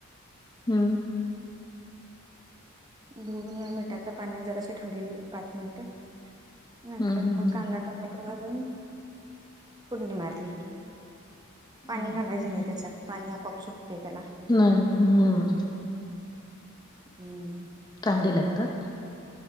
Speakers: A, on the left (about 20°); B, on the right (about 20°).
A: हम्
B: धुवन मिठाच पाण्यात जरास ठेवलेली पाच मिनिटं नंतर
A: हम्म हम्म
B: मग कांदा टोमॅटो घालून कुंडडी मारली पाणी
A: हम्
B: घालायचं नाही त्याच्यात पाणी आपाआप सुटतय त्याला
A: नाही हम्म
B: हम्म
A: चांगली लागतात